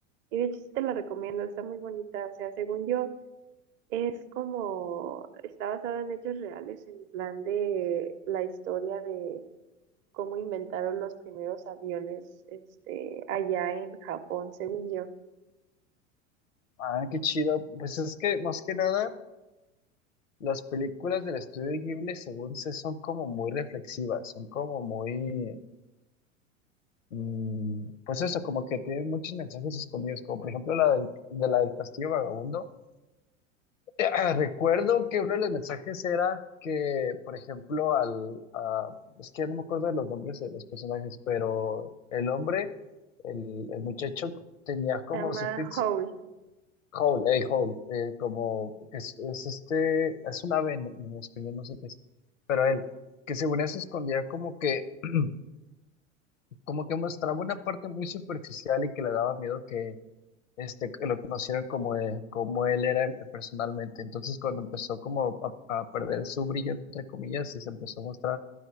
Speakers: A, on the right (about 30°); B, on the left (about 75°).
A: Y de hecho sí te la recomiendo, está muy bonita. O sea, según yo, Es como, está basado en hechos reales, en plan de la historia de cómo inventaron los primeros aviones, este, allá en Japón, según yo.
B: Ah, qué chido. Pues es que más que nada, las películas del estudio Ghibli, según sé, son como muy reflexivas, son como muy mm, pues eso, como que tiene muchos mensajes escondidos, como por ejemplo la del- de la del Castillo Vagabundo. <clears throat> Eh, Ah, Recuerdo que uno de los mensajes era que, por ejemplo, al, a- es que ya no me acuerdo de los nombres de los personajes, pero el hombre, el, el muchacho tenía como
A: Se llama
B: cierto ins-
A: Howl.
B: Howl, hey, Howl, eh, como que es, es este, es un ave en, en español, no sé qué es, pero él, que según eso escondía como que <clears throat> como que mostraba una parte muy superficial y que le daba miedo que este que lo conocieran como, eh, como él era personalmente. Entonces cuando empezó como a, a perder su brillo, entre comillas, y se empezó a mostrar